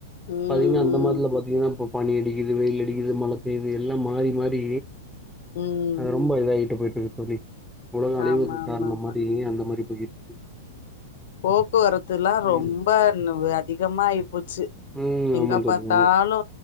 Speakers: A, on the left; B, in the centre.
A: ம்
B: பாத்தீங்கன்னா அந்த மாதத்துல பாத்திங்கன்னா இப் பனி அடிக்குது வெயில் அடிக்குது மழை பெயுது எல்லா மாறி மாறி
A: ம் ம்
B: அத ரொம்ப இதா ஆயிட்டு போயிட் ர் தோழி உலக அழிவுக்கு
A: ஆமா ஆமா
B: காரணமாரி
A: ஆமா
B: அந்த மாரி போயிட்டு இருக்கு
A: போக்குவரத்துல்லா ரொம்ப
B: ம்
A: ந அதிகமா ஆயிப்போச்சி
B: ம்
A: எங்க
B: ஆமா தோழி
A: பாத்தாலு
B: ஆமா